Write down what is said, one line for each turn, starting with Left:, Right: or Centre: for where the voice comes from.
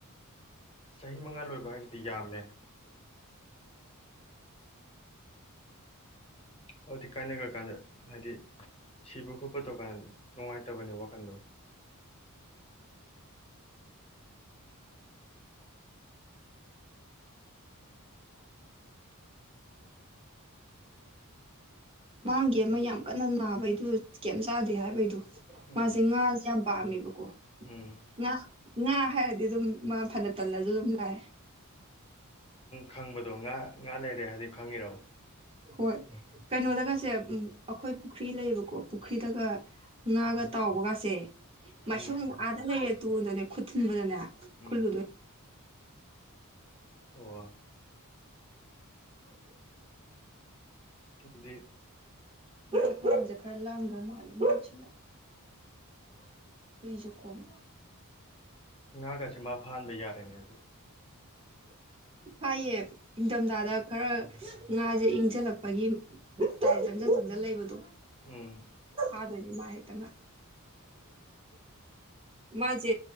Left: ꯆꯍꯤ ꯃꯉꯥ ꯂꯣꯏꯕ ꯍꯥꯏꯁꯤꯗꯤ ꯌꯥꯝꯃꯦ ꯑꯗꯨꯗꯤ ꯀꯥꯏꯅꯈ꯭ꯔ ꯀꯥꯟꯗ ꯍꯥꯏꯗꯤ ꯁꯤꯕ ꯈꯣꯠꯄ ꯇꯧꯀꯥꯟꯗ ꯅꯨꯡꯉꯥꯏꯇꯕꯅꯦ ꯋꯥꯈꯟꯗꯣ
Right: ꯃꯥꯡꯒꯤ ꯑꯃ ꯌꯥꯝ ꯀꯟꯅ ꯅꯥꯕꯩꯗꯨ ꯀꯩꯝ ꯆꯥꯗꯦ ꯍꯥꯏꯕꯩꯗꯣ
Left: ꯎꯝ
Right: ꯃꯥꯁꯦ ꯉꯥꯁꯦ ꯌꯥꯝ ꯄꯥꯝꯃꯦꯕ ꯣ
Left: ꯎꯝ
Right: ꯉꯥ ꯉꯥ ꯍꯥꯏꯔꯗꯤ ꯑꯗꯨꯝ ꯃꯥ ꯐꯅ ꯇꯜꯂꯁꯨ ꯑꯗꯨꯝ ꯂꯥꯛꯑ
Left: ꯈꯪꯕꯗꯣ ꯉꯥ ꯉꯥ ꯂꯩꯔꯦ ꯍꯥꯏꯗꯤ ꯈꯪꯉꯤꯔꯕ
Right: ꯍꯣꯏ ꯀꯩꯅꯣꯗꯒꯁꯦ ꯑꯩꯈꯣꯏ ꯄꯨꯈ꯭ꯔꯤ ꯂꯩꯌꯦꯕꯀꯣ ꯄꯨꯈ꯭ꯔꯤꯗꯒ ꯉꯥꯒ ꯇ ꯍꯕꯒꯥꯁꯦ ꯃꯥꯏꯁꯣ
Left: ꯎꯝ
Right: ꯑꯥꯗ ꯂꯩꯔꯦ ꯇꯨꯗꯅꯦ ꯈꯨ ꯊꯤꯟꯕꯗꯅꯦ
Left: ꯎꯝ
Right: ꯈꯨꯜꯂꯨꯗ
Left: ꯑꯣ ꯑꯗꯨꯗꯤ
Right: ꯑꯄꯝꯗ ꯈꯔ ꯂꯥꯡꯗꯧ ꯃꯥꯜꯂꯦ ꯉꯁꯤꯜꯂꯥꯛꯑꯦ ꯀꯏꯁꯨ ꯀꯝ
Left: ꯉꯥꯒꯁꯤꯦ ꯃꯥ ꯐꯥꯟꯥꯟꯕ ꯌꯥꯔꯦꯅꯦ ꯍꯧꯖꯤ
Right: ꯐꯥꯏꯌꯦ ꯏꯪꯊꯝꯊꯥꯗ ꯈꯔ ꯉꯥꯁꯦ ꯏꯪꯁꯤꯜꯂꯛꯄꯒꯤ ꯇꯥꯏꯖꯪꯖꯟ ꯁꯟꯖꯟ ꯂꯩꯕꯗꯣ
Left: ꯎꯝ
Right: ꯑꯗꯨ꯭ꯔꯦ ꯃꯥ ꯍꯦꯛꯇꯅꯣ ꯃꯥꯁꯦ